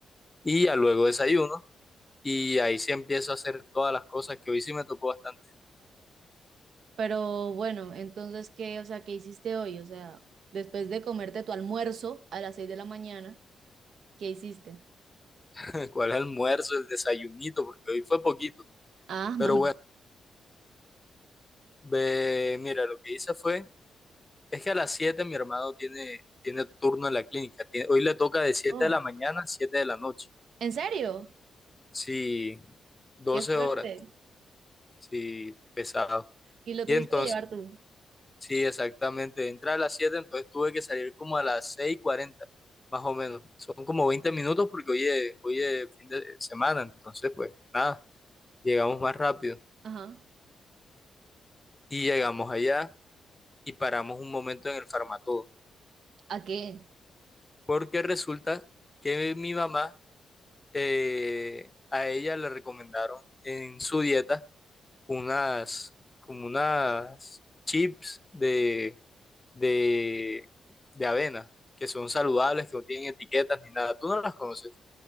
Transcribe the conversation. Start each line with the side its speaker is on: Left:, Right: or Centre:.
Left: Y ya luego desayuno y ahí sí empiezo a hacer todas las cosas que hoy sí me tocó bastante,
Right: Pero bueno, entonces, ¿qué, o sea, qué hiciste hoy? O sea, después de comerte tu almuerzo a las 6 de la mañana, ¿qué hiciste?
Left: <laughs> cuál es el almuerzo, el desayunito, porque hoy fue poquito.
Right: Ah,
Left: Pero
Right: imagínate.
Left: bueno, ve, mira, lo que hice fue, es que a las 7 mi hermano tiene, tiene turno en la clínica, tiene- hoy le toca de siete
Right: Oh,
Left: de la mañana a siete de la noche,
Right: ¿en serio?
Left: sí, 12
Right: Qué fuerte.
Left: horas, sí, pesado.
Right: Y lo
Left: Y
Right: tuviste
Left: entonces...
Right: que llevar tú.
Left: Sí, exactamente. Entra a las 7, entonces tuve que salir como a las seis cuarenta, más o menos. Son como 20 minutos porque hoy es, hoy es fin de semana, entonces pues nada, llegamos más rápido.
Right: Ajá.
Left: Y llegamos allá y paramos un momento en el Farmatodo,
Right: ¿A qué?
Left: porque resulta que mi mamá, eh, a ella le recomendaron en su dieta unas, como unas chips de, de, de avena, que son saludables, que no tienen etiquetas ni nada. ¿Tú no las conoces?